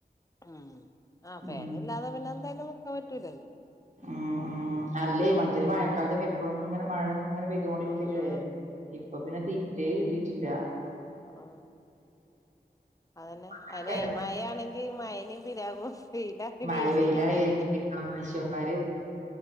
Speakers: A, on the left; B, on the right.
A: ഉം ആ
B: ഉം
A: ഫേനില്ലാതെ പിന്നെ എന്തായാലും നിക്കാ പറ്റൂലല്ലോ
B: ഉം ഉം അല്ലേ മറ്റത് മഴക്കാലത്തൊക്കെ എപ്പഴുംങ്ങനെ മഴ ഇങ്ങനെ പെയ്ത്കൊണ്ടിരിക്കല്ലേ
A: ഉം
B: ഇപ്പൊ പിന്നെ തീരേ കിട്ടീട്ടില്ല
A: ആ അതന്നെ
B: ഇങ്ങക്കെന്താ
A: അയ്നെ മയയാണെങ്കി മയനിം പിരാകും വെയിലാണെങ്കി
B: മഴ
A: വെയ്ല്നിം
B: വെയിലാണെങ്കി
A: പറിം
B: മനുഷ്യന്മാര്